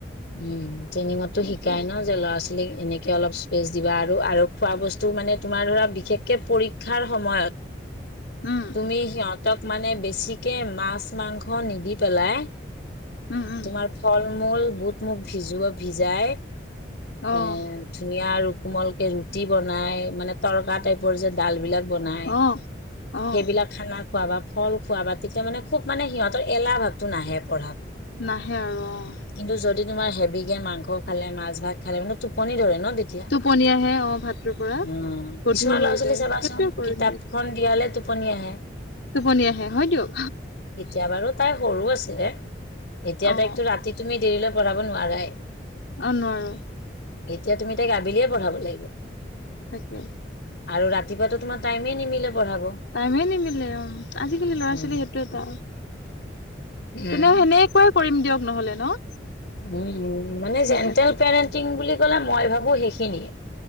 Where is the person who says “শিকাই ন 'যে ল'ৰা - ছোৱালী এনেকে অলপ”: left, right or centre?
Left